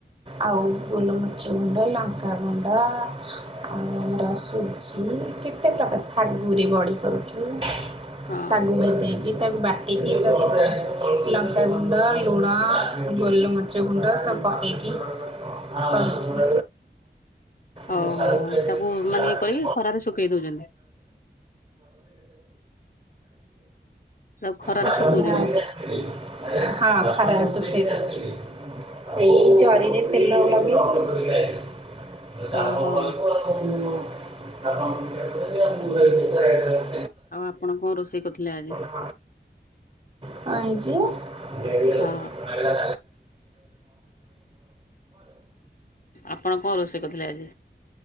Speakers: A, on the right (about 30°); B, on the left (about 50°).
A: ଆଉ ଗୋଲମରିଚ ଗୁଣ୍ଡ, ଲଙ୍କା ଗୁଣ୍ଡ ଆଉ ଆମର ସୁଜି କେତେ ପ୍ରକାର, ଶାଗୁରେ ବଡି କରୁଛୁ।
B: ହଁ
A: ଶାଗୁ ମିଶେଇକି ତାକୁ ବାଟିକିି ତା <inaudible> ଲଙ୍କାଗୁଣ୍ଡ ଲୁଣ ଗୋଲମରିଚ ଗୁଣ୍ଡ ସବ୍ ପକେଇକି କରଛୁ।
B: ଓହୋ
A: ମୁଁ ସାଡୁକୁ ଯାଇକି
B: ତାକୁ
A: ଚା
B: ମାନେ ଇଏ
A: ପିଇ
B: କରିକି ଖରାରେ ଶୁଖେଇ ଦଉଛନ୍ତି ତାକୁ ଖରାରେ
A: କଫି
B: ଶୁଖଉଛନ୍ତି
A: <unintelligible> <unintelligible> ହଁ ଖରାରେ ଶୁଖେଇ ଦୋଉଚି ଏଇ ଜରିରେ ତେଲ ଲଗେଇକି। <unintelligible>
B: ଓହୋ ଆଉ ଆପଣ କଁ ରୋଷେଇ କରଥିଲେ ଆଜି?
A: <unintelligible> କଣ ହେଇଚି? <unintelligible>
B: ହଁ ଆପଣ କଣ ରୋଷେଇ କରିଥିଲେ ଆଜି?